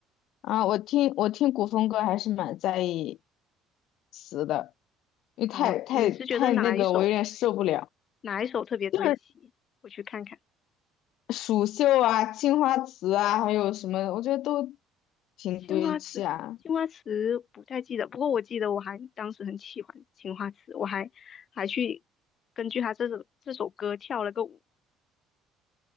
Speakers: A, on the left (about 60°); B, on the left (about 35°).
A: 啊。我听我听古风歌还是蛮在意词的，因为太太太那个，
B: 哦，你是觉得哪一首
A: 我有点受不了。
B: 哪一首特别堆砌？
A: 就是
B: 我去看看。
A: 蜀绣啊、青花瓷啊，还有什么，我觉得都挺堆砌啊。
B: 青花瓷，青花瓷不太记得，不过我记得我还当时很喜欢青花瓷，我还还去根据他这首这首歌跳了个舞，